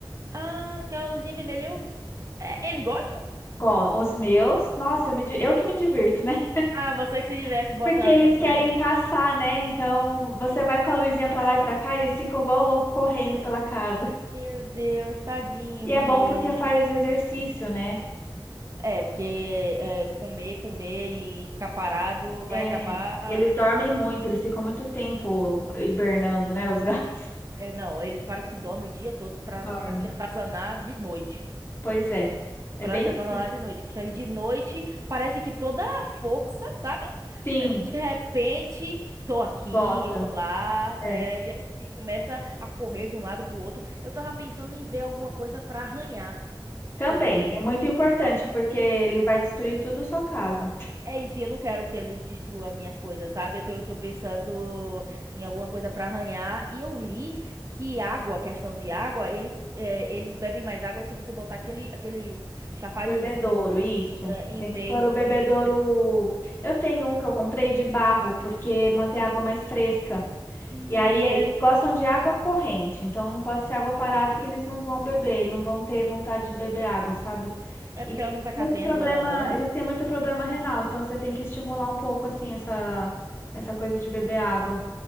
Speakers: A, on the right (about 40°); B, on the left (about 30°).
A: Ah, que a luzinha vermelha. Eu... É, eles gostam?
B: Igual os meus, nossa, eu, me di- eu que me divirto, né?
A: Ah, você que se diverte
B: <laughs>
A: botando
B: Porque eles
A: pra
B: querem
A: eles.
B: caçar, né? Então você vai com a luzinha pra lá e pra cá, eles ficam igual louco correndo pela casa.
A: Meu Deus, tadinho,
B: E é bom
A: gente.
B: porque faz exercício, né?
A: É, porque é, comer, comer e ficar parado
B: É,
A: vai acabar.
B: eles dormem muito, eles ficam muito tempo hibernando, né? Os gatos
A: É, não, eles parecem que dormem o dia todo
B: <laughs>
A: pra,
B: dormem.
A: pra te atazanar de noite.
B: Pois é, é
A: Pra
B: bem
A: te atornar
B: assim.
A: de noite. Que aí de noite parece que toda a força, sabe?
B: Sim,
A: De repente, tô aqui,
B: gota.
A: olá,
B: É.
A: é, e aí começa a correr de um lado pro outro. Eu tava pensando em ver alguma coisa pra arranhar,
B: Também
A: porque
B: é muito importante porque ele vai destruir tudo a sua casa.
A: é isso, e eu não quero que ele destrua minhas coisas, sabe? Então eu tô pensando em alguma coisa pra arranhar. E eu li que água, questão de água, eles, é, eles bebem mais água se você botar aquele, aqueles chafarizinho,
B: Bebedouro, isso.
A: é, em
B: Tem
A: vez
B: que pôr o
A: de
B: bebedouro. Eu tenho um que eu comprei de barro porque mantém a água mais fresca.
A: Hum,
B: E aí eles gostam de água corrente, então não pode ser água parada que eles não vão beber, não vão ter vontade de beber água, sabe?
A: é
B: E
A: porque ela não vai estar
B: muito
A: vendo
B: problema,
A: ela andando,
B: eles
A: né?
B: têm muito problema renal, então você tem que estimular um pouco assim essa essa coisa de beber água.